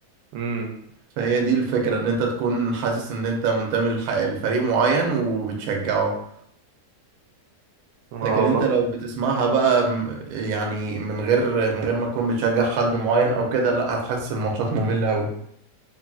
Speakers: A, on the right; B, on the right.
A: امم
B: فهي دي الفكره ان انت تكون حاسس ان انت منتمي لح- لفريق معين وبتشجعه
A: انا
B: لكن
A: والله
B: انت لو بتسمعها بقى م- يعني من غير من غير ما تكون بتشجع حد معين او كده لا هتحس الماتشات مملة قوي